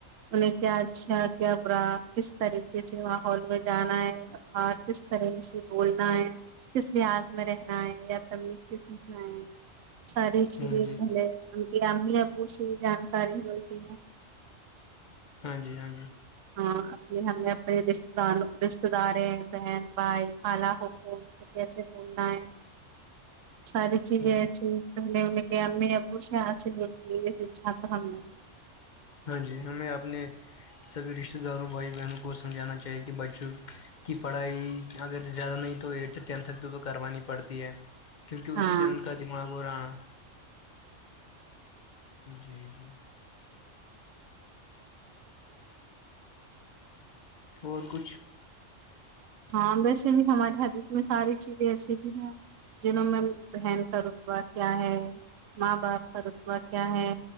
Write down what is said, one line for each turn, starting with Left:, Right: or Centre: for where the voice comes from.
Right: انہیں کیا اچھا کیا برا کس طریقے سے ماحول میں جانا ہے باہر کس طرح سے بولنا ہے کس لحاظ میں رہنا ہے یا تمیز سے سیکھنا ہے سارے چیزے
Left: ہاں جی
Right: پہلے انکی امی ابو سے جانکاری ہو کہ
Left: ہاں جی ہاں جی
Right: ہاں ا ہمیں اپنے رشہ دار رشتہ داریں بہن بھائی خالا پھوپھو کیسے بولنا ہے سارے <unintelligible>
Left: ہ ہاں جی ہمیں اپنے سبھی رشتے داروں بھائی بہنوں کو سمجھانا چاہیے کہ بچوں کی پڑھائی اگر زیادہ نہیں تو ایٹھ ٹینتھ تک تو تو کروانی پڑتی ہے کیونکہ اس
Right: ہاں
Left: سے ان کا دماغ ہو رہا جی جی اور کچھ
Right: ہاں ویسے بھی ہمارے حدیث میں ساری چیزیں ایسیے بھی ہیں جنوں میں بہن کا رتبہ کیا ہے ماں باپ کا رتبہ کیا ہے